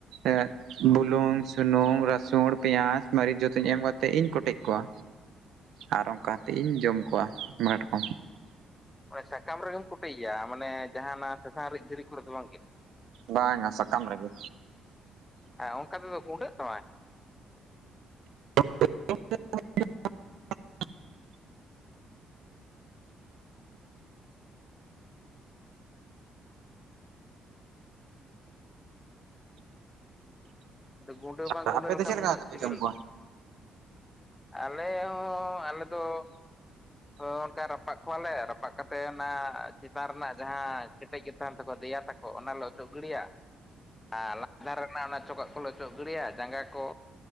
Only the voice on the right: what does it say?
ᱮᱸᱫ ᱵᱩᱞᱩᱝ, ᱥᱩᱱᱩᱢ, ᱨᱟᱹᱥᱩᱱ ᱯᱮᱸᱭᱟᱡᱽ᱾ ᱢᱟᱹᱨᱤᱪ ᱡᱚᱛᱚᱧ ᱮᱢ ᱠᱟᱛᱮᱜ ᱤᱧ ᱠᱚᱴᱮᱡ ᱠᱚᱣᱟ᱾ ᱟᱨ ᱚᱱᱠᱟ ᱠᱟᱛᱮᱫ ᱤᱧ ᱡᱚᱢ ᱠᱚᱣᱟ ᱢᱟ ᱠᱟᱴᱠᱚᱢ᱾
ᱵᱟᱝᱟ ᱥᱟᱠᱟᱢ ᱨᱮᱜᱮ᱾
<unintelligible>
ᱟᱯᱮ
ᱫᱚ ᱪᱮᱫ ᱞᱮᱠᱟ
ᱠᱟᱛᱮ
ᱯᱮ ᱡᱚᱢ ᱠᱚᱣᱟ